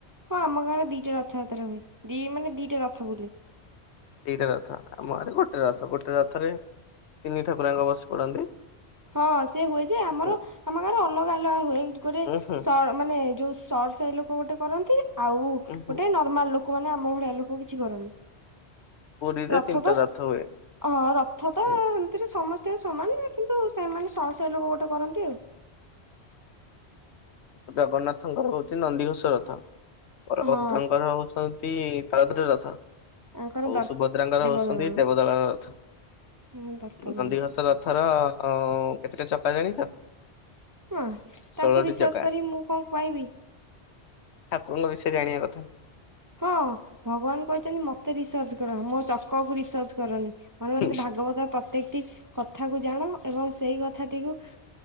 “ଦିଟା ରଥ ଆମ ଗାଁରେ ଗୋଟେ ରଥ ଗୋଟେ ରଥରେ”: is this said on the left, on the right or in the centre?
Left